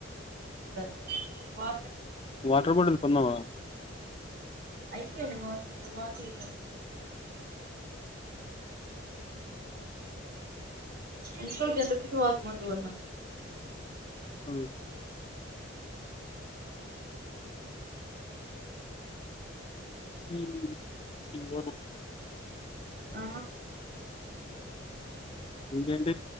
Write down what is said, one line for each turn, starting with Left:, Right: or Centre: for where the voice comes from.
Right: స్ వా
Left: వాటర్ బాటిల్ కొనవ
Right: అయిపోయిన బాటిల్ ఇంకో టెన్ రూపెస్ వాటర్ బాటిల్ కొన
Left: అవు హ్మ్మ్
Right: ఆ
Left: ఇంకేంట